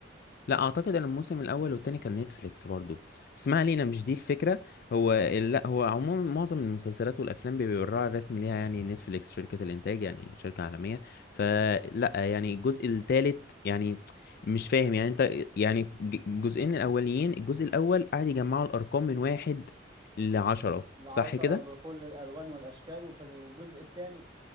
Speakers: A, on the left; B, on the right.
A: لا اعتقد ان الموسم الاول والتاني كان نتفليكس برضو بس ما علينا مش دي الفكره هو
B: اه
A: لا هو عموما معظم المسلسلات والافلام بيبقى الراعي الرسمي ليها يعني نتفليكس شركه الانتاج يعني شركه عالميه فلا يعني الجزء الثالث يعني مش فاهم يعني انت يعني ج- الجزئين الاوليين الجزء الاول قعد يجمعوا الارقام من واحد لعشرة
B: العشرة
A: صح كده
B: بكل الالوان والاشكال وفي الجزء الثاني